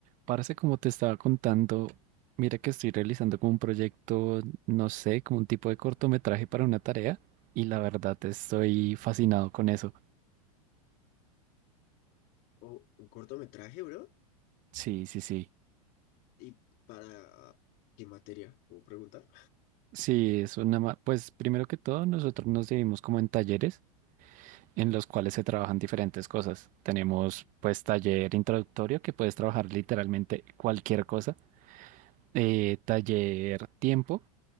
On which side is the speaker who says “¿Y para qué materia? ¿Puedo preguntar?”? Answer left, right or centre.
Left